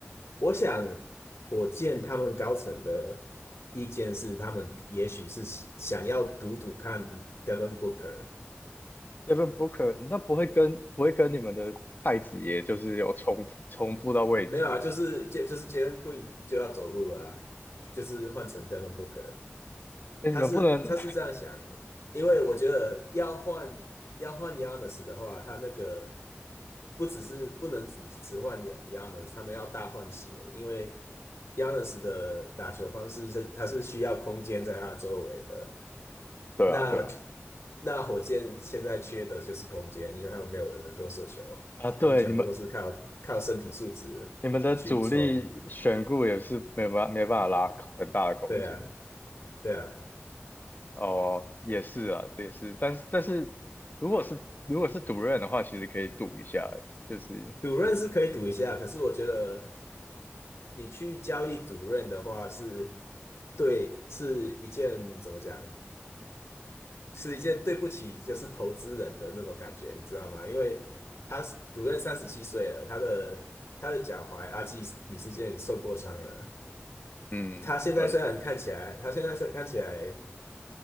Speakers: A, on the left; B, on the left.
A: 我想火箭他们高层的意见是，他们也许是想要赌赌看 Devin Booker。
B: ？Devin Booker，那不会跟不会跟你们的太子爷就是有重复重复到位置吗？
A: 没有啊，就是杰就是 Jalen Green 就要走路了啊，就是换成 Devin Booker。
B: 哎，
A: 他是他是这样想，
B: 你们不能
A: 因为我觉得要换要换 Yanis 的话，他那个不只是不能只只换 Yanis，他们要大换血，因为 Yanis 的打球方式是他是需要空间在他周围的。
B: <laughs>，对啊，
A: 那
B: 对啊，
A: 那火箭现在缺的就是空间，因为他们没有人能够射球，
B: 啊，对，
A: 他们全部都是靠靠身体素质去冲。
B: 你们。你们的主力选股也是没有办没办法拉很大的空间
A: 对啊，对啊。
B: 哦，也是啊，也是，但是但是如果是如果是赌任的话，其实可以赌一下，就是
A: 主任是可以赌一下，可是我觉得你去交易主任的话是，对，是一件怎么讲，是一件对不起就是投资人的那种感觉，你知道吗？因为他是主任三十七岁了，他的他的脚踝阿基李世健受过伤了，
B: 嗯，
A: 他现在虽然看起来，
B: 对，
A: 他现在虽然看起来